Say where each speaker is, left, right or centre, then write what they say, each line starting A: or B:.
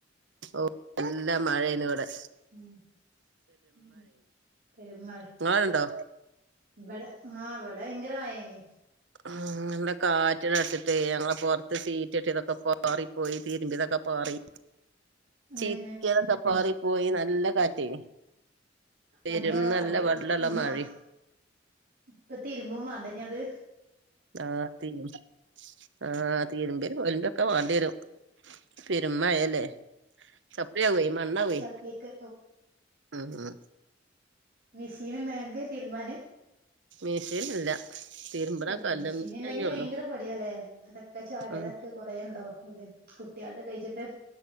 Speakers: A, on the right (about 75°); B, on the right (about 55°).
A: ഓഹ് നല്ലാ മഴേനിവടെ
B: ഉമ് ഉമ് പെരുമയെ
A: നിങ്ങാളടെ ഇണ്ടോ
B: ഇവട ആഹ് ഇവട ഭയങ്കര മായെനി
A: ഉമ് നല്ല കാറ്റിങ്ങട്ടടിച്ചിട്ടെ ഞങ്ങള പൊർ സീറ്റിട്ട് ഇതൊക്കെ പാറിപ്പോയി തീരുമ്പി ഇട്ടതൊക്കെ പാറി
B: ഏഹ്
A: ചിക്കിതൊക്കെ പാറി പോയി നല്ല കാറ്റേനി പെരും
B: അഞ്ഞ
A: നല്ല വെള്ളള്ള
B: ന്നാ
A: മഴയും
B: ഇപ്പ തിരുമ്പോ വേണ്ട ഞ്ഞത്
A: ആഹ് ത്തിന് ആഹ് തീരുമ്പേ ഒലമ്പ ഒക്കെ വേണ്ടി വരും പെരുമ്മയല്ലേ ചപ്പി യാവേ മണ്ണ് ആവേ
B: ചപ്ലിക്ക്
A: ഉമ്
B: മിശീൻ ങ്ങക്ക് തീരുബാൻ
A: മിഷീൻ ഇല്ല തിരുമ്പണ
B: അഹ്
A: കല്ല്
B: മെഷീൻല്ലെങ്കിൽ
A: മെഷീനന്നെ
B: ഭയങ്കര
A: ഉള്ളു
B: പണിയല്ലെ അതൊക്കെ ചാടിയതൊക്കെ
A: ഉം
B: കുറേണ്ടോ ഉള്ള് കുട്ട്യാൾ തെ കഴിച്ചിട്ട്